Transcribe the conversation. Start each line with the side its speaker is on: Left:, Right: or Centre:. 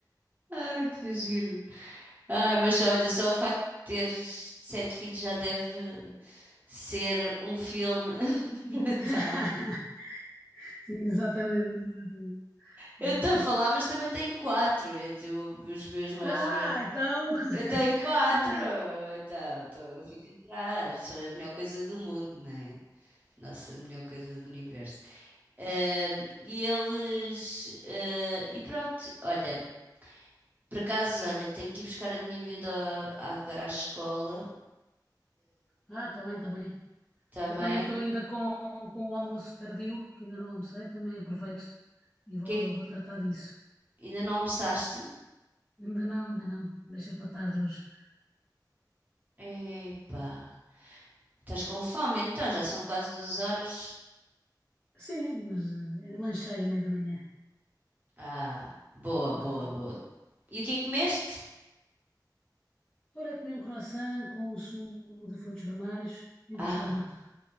Right: Ai, que giro. Ai, mas olha, só o facto de teres sete filhos já deve ser um filme <laughs> brutal.
Left: <laughs> Sim, exatamente, exatamente.
Right: Eu
Left: exatamente.
Right: estou a falar, mas também tenho quatro. Eu, eu- os meus mais
Left: Ah, então.
Right: Eu tenho
Left: <laughs>
Right: quatro,
Left: Também.
Right: então, então eu não fico atrás, sou a melhor coisa do mundo, não é? Nossa, a melhor coisa do universo. Ahm, e eles. ah, e pronto, olha, por acaso, olha, tenho que ir buscar a minha vida ao- agora à escola.
Left: Ah, está bem, está bem.
Right: está
Left: Eu
Right: bem?
Left: também estou ainda com, com o almoço tardio, que ainda não almocei, também aproveito e vou,
Right: Que é que-
Left: vou tratar disso.
Right: ainda não almoçaste?
Left: Ainda não, ainda não. Deixei para tarde hoje.
Right: Epá, estás com fome então, já são quase duas horas.
Left: Sim, mas eh, lanchei a meio da manhã.
Right: Ah, boa, boa,
Left: Ah,
Right: boa. E o que é que comeste?
Left: Olha, comi um croissant com um sumo de frutos vermelhos e um
Right: Ah.
Left: pastel de nata.